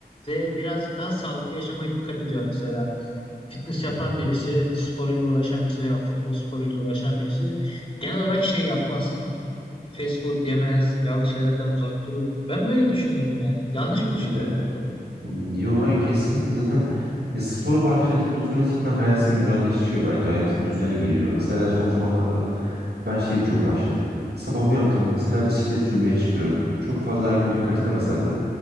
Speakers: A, on the left (about 30°); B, on the right (about 85°).
A: Ve birazcık daha sağlıklı yaşamaya dikkat ediyor mesela. Fitness yapan
B: Hı hı.
A: birisi, sporuyla uğraşan birisi veya futbol sporuyla uğraşan birisi genel olarak şey yapmaz. fast food yemez, yağlı şeylerden uzak durur. Ben böyle düşünüyorum yani. Yanlış mı düşünüyorum
B: Ya-
A: acaba?
B: Yo hayır kesinlikle zaten ya spora başladığında otomatikman hayatın güzelleşiyor bence. Hayatın düzene giriyor. Mesela son zamanlarda ben şeyi çok başladım. Sabah uyandığımda mesela bisiklet sürmeye çıkıyorum. Çok fazla her gün dikkat edemesem de